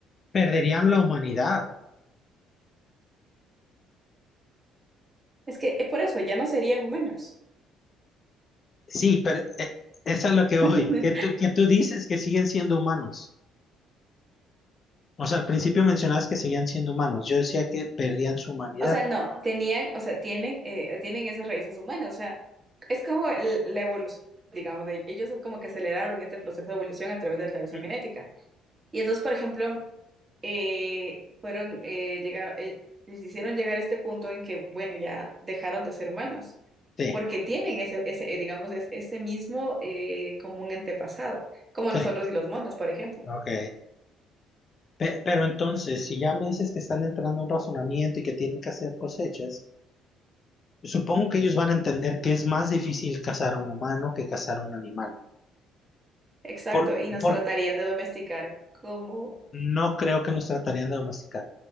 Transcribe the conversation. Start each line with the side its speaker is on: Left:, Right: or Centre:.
Left: perderían la humanidad.
Right: Es que eh, por eso ya no serían humanos.
Left: Sí, pero eh, eso es lo
Right: <laughs>
Left: que voy, que tú, que tú dices que siguen siendo humanos. O sea, al principio mencionabas que seguían siendo humanos. Yo decía que perdían su humanidad.
Right: O sea, no, tenían, o sea, tienen, eh, tienen esas raíces humanas. O sea, es como el- la evolución, digamos, de ellos es como que aceleraron este proceso de evolución a través de la alteración
Left: Mm.
Right: genética. Y entonces, por ejemplo, eh, fueron, eh, llegar- eh, les hicieron llegar a este punto en que, bueno, ya dejaron de ser humanos,
Left: Sí,
Right: porque tienen ese, ese, eh, digamos, es- ese mismo eh, común antepasado, como
Left: sí,
Right: nosotros y los monos, por ejemplo.
Left: ok. Pe- pero entonces, si ya me dices que están entrando en un razonamiento y que tienen que hacer cosechas, supongo que ellos van a entender que es más difícil cazar a un humano que cazar a un animal.
Right: Exacto,
Left: Por,
Right: y nos
Left: por-
Right: tratarían de domesticar como
Left: No creo que nos tratarían de domesticar,